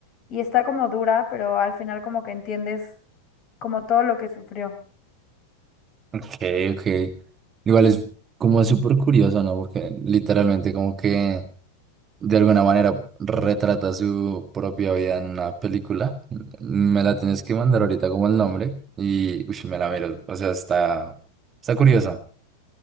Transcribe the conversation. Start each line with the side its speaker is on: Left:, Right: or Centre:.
Left: y está como dura, pero al final como que entiendes como todo lo que sufrió.
Right: Ok, ok. Igual es como súper curioso, ¿no? Porque literalmente como que... de alguna manera retrata su propia vida en una película. Me la tienes que mandar ahorita como el nombre y ush, me la miro. O sea, está, está curiosa.